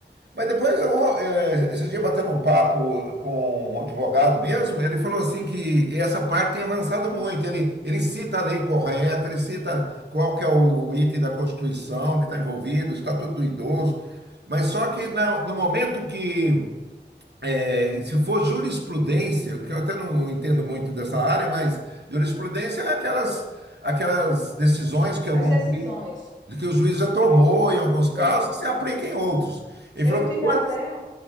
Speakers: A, on the right; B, on the left.
A: Mas depois, eu, eh, esse dia batendo um papo com um advogado mesmo, ele falou assim que essa parte tem avançado muito. Ele, ele cita a lei correta, ele cita qual que é o, o item da Constituição que está envolvido, o Estatuto do Idoso. Mas só que na- no momento que, eh, se for jurisprudência, que eu até não entendo muito dessa área, mas jurisprudência é aquelas, aquelas decisões que, alguns,
B: as decisões.
A: ju- que o juiz já tomou em alguns casos
B: Sim.
A: que se aplica em outros. Ele
B: Eu
A: falou
B: tive
A: que quando,
B: até